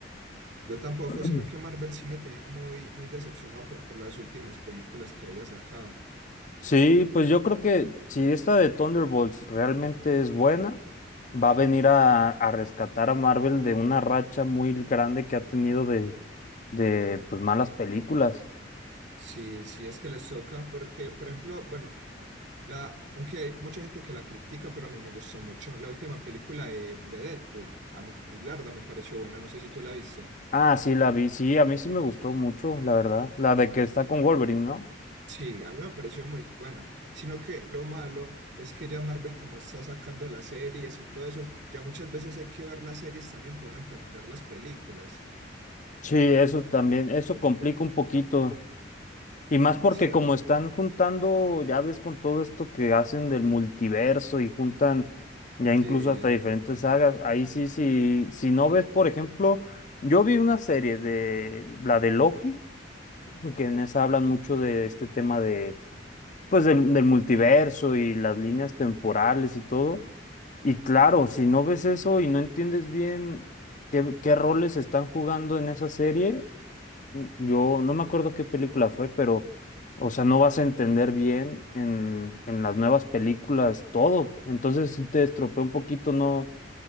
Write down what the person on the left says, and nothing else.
<clears throat>
Sí, pues yo creo que si esta de Thunderbolts realmente es buena, va a venir a, a rescatar a Marvel de una racha muy grande que ha tenido de, de pues, malas películas.
Ah, sí, la vi. Sí, a mí sí me gustó mucho, la verdad. La de que está con Wolverine, ¿no?
Sí, eso también, eso complica un poquito. Y
más porque como están juntando, ya ves, con todo esto que hacen del multiverso y juntan ya incluso
hasta diferentes sagas, ahí sí, sí, si no ves, por ejemplo, yo vi una serie de la de Loki, que en esa hablan mucho de este tema de, pues, del del multiverso y las líneas temporales y todo. Y claro, si no ves eso y no entiendes bien qué, qué roles están jugando en esa serie, n- yo no me acuerdo qué película fue, pero, o sea, no vas a entender bien en, en las nuevas películas todo. Entonces sí te estropea un poquito, no,